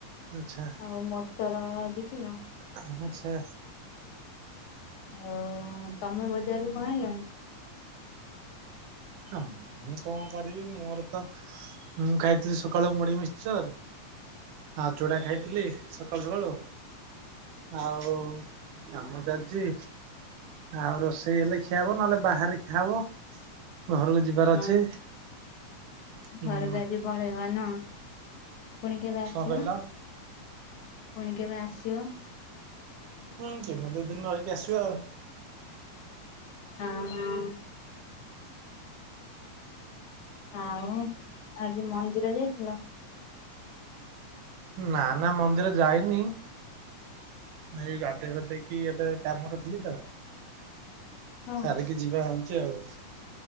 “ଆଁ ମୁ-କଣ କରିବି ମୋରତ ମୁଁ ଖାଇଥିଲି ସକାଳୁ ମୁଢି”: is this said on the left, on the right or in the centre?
Right